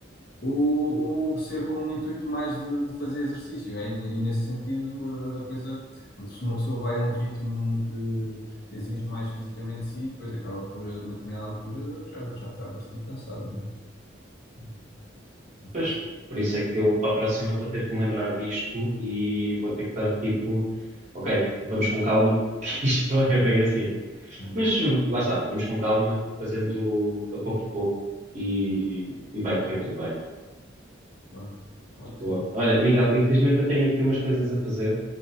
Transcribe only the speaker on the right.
Pois,
por isso é que eu para a próxima vou ter que me lembrar disto e vou ter que estar tipo ok, vamos com calma, <laughs> que isto não é bem assim.
Mas uh, lá está, vamos com calma, fazendo a pouco e pouco e, e vai correr tudo bem.
Boa.
Olha, Miguel, infelizmente eu tenho aqui umas coisas a fazer,